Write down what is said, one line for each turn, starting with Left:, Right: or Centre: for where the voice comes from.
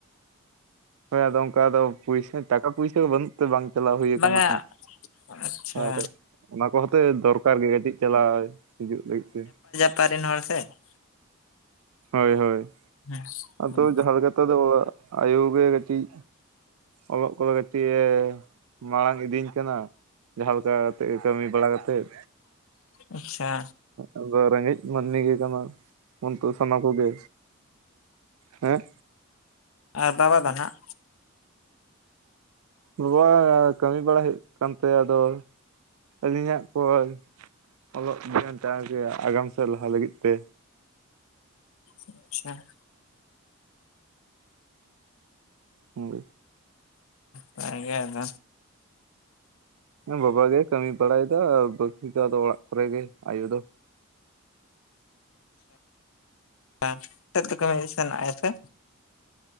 Right: ᱦᱚᱭ ᱟᱫᱚ ᱚᱱᱠᱟ ᱫᱚ ᱯᱩᱭᱥᱟᱹ ᱴᱟᱠᱟ ᱯᱩᱭᱥᱟᱹ ᱵᱟᱹᱱᱩᱜ ᱛᱮ ᱵᱟᱝ ᱪᱟᱞᱟᱣ ᱦᱩᱭ ᱟᱠᱟᱱᱟ
Left: ᱵᱟᱝᱟ
Right: ᱾
Left: ᱟᱪᱪᱷᱟ
Right: ᱦᱚᱭ ᱟᱫᱚ ᱚᱱᱟ ᱠᱚ ᱦᱚᱛᱮ ᱫᱚᱨᱠᱟᱨ ᱜᱮ ᱠᱟᱹᱴᱤᱡ ᱪᱟᱞᱟᱣ ᱦᱤᱡᱩᱜ ᱞᱟᱹᱜᱤᱫ ᱛᱮ ᱾
Left: ᱚᱠᱟ ᱨᱤᱱ ᱦᱚᱲ ᱥᱮ ᱾
Right: ᱦᱳᱭ ᱦᱳᱭ᱾
Left: ᱦᱮᱸ,
Right: ᱟᱫᱚ
Left: ᱦᱩᱸ
Right: ᱡᱟᱦᱟᱸ ᱞᱮᱠᱟ ᱛᱮ ᱟᱫᱚ ᱚᱲᱟᱜ ᱟᱭᱳ ᱜᱮ ᱠᱟᱹᱴᱤᱡ ᱚᱞᱚᱜ ᱠᱚᱫᱚ ᱠᱟᱹᱴᱤᱡ ᱮ ᱢᱟᱲᱟᱝ ᱤᱫᱤᱧ ᱠᱟᱱᱟ᱾ ᱡᱟᱦᱟᱸ ᱞᱮᱠᱟ ᱠᱟᱛᱮ ᱜᱮ ᱠᱟᱹᱢᱤ ᱵᱟᱲᱟ ᱠᱟᱛᱮᱫ᱾
Left: ᱟᱪᱪᱷᱟ᱾
Right: ᱟᱫᱚ ᱨᱮᱸᱜᱮᱡ ᱢᱟᱹᱱᱢᱤ ᱜᱮ ᱠᱟᱱᱟ ᱵᱚᱱ ᱛᱚ ᱥᱟᱱᱟ ᱠᱚ ᱜᱮ᱾ ᱦᱮᱸ?
Left: ᱟᱨ ᱵᱟᱵᱟ ᱫᱚ ᱱᱟᱦᱟᱜ?
Right: ᱵᱟᱵᱟ ᱠᱟᱹᱢᱤ ᱵᱟᱲᱟ ᱦᱩᱭᱩᱜ ᱠᱟᱱ ᱛᱟᱭᱟ ᱟᱫᱚ ᱟᱹᱞᱤᱧᱟᱜ ᱠᱚᱭ ᱚᱞᱚᱜ ᱫᱷᱮᱭᱟᱱ ᱡᱟ ᱜᱮ ᱟᱜᱟᱢ ᱥᱮᱫ ᱞᱟᱦᱟ ᱞᱟᱹᱜᱤᱫ ᱛᱮ᱾
Left: ᱟᱪᱪᱷᱟ᱾
Right: ᱦᱳᱭ᱾
Left: ᱱᱟᱯᱟᱭ ᱜᱮ ᱟᱫᱚ᱾
Right: ᱮᱸ ᱵᱟᱵᱟ ᱜᱮ ᱠᱟᱹᱢᱤ ᱵᱟᱲᱟᱭ ᱫᱚ ᱵᱟᱠᱤ ᱫᱚ ᱟᱫᱚ ᱚᱲᱟᱜ ᱠᱚᱨᱮ ᱜᱮ ᱟᱭᱳ ᱫᱚ᱾
Left: ᱟᱪᱪᱷᱟ <inaudible> ᱠᱟᱹᱢᱤ ᱥᱮᱱᱚᱜ ᱟᱭ ᱥᱮ?